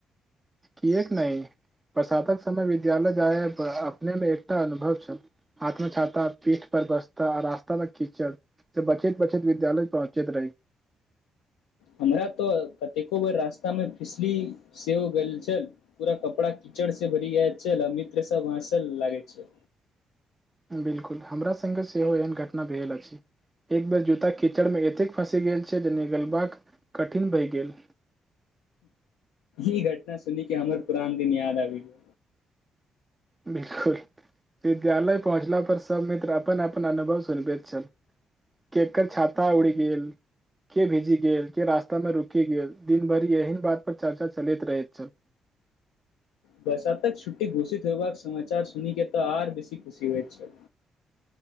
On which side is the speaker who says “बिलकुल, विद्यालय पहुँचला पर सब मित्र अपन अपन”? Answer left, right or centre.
Right